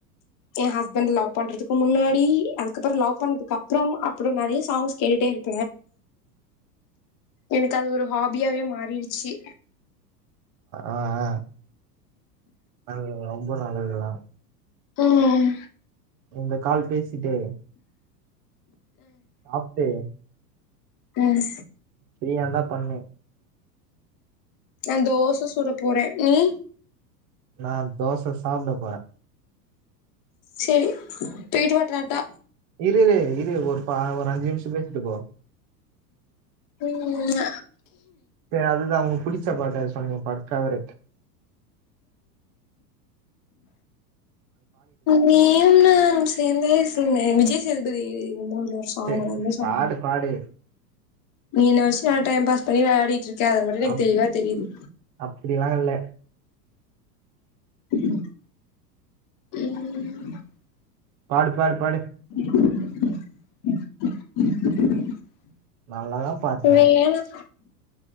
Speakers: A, on the left; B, on the right.
A: என் ஹஸ்பண்ட் லவ் பண்றதுக்கு முன்னாடி
B: ஆ
A: அதுக்கப்புறம் லவ் பண்ணதுக்கு அப்றம் அப்றம் நெறய சவுன்ஸ் கேட்டுட்டே இருக்கு எனக்கு அது ஒரு ஹாபியாவே மாறிடுச்சு
B: ஆ அது ரொம்ப நல்லதுதா
A: உம்
B: இந்த கால் பேசி டு சாப்ட்டு
A: உம்
B: ஃப்ரீயா இருந்தா பண்ணு
A: நா தோச சுட போறே நீ
B: நா தோச சாப்ட போறே
A: செரி போயீட்டு வா டாட்டா
B: இரு இரு ஒரு ஒரு அஞ்சு நிமிஷோ பேசிட்டு போ
A: ம்
B: ஏய் அதுதான் உண் புடிச்ச பாட்டு ஏதாவது சொல்லுங்க ஃபேவரைட்
A: நீயும் நான் சேர்ந்தே செல்லும் விஜய் தளபதி இன்னொரு சாங்
B: சே
A: வந்து நல்ல சாங்
B: பாடு பாடு
A: நீ என்ன நல்லா டைம் பாஸ் பண்ணி விளையாடிட்டு இருக் அது மட்டும் எனக்கு
B: அப்
A: தெளிவா தெரியுது
B: அப்டிலா இல்ல
A: <inaudible> ம்
B: பாடு பாடு பாடு
A: <inaudible> <inaudible>
B: நல்லாதான் பாடுன
A: வேணா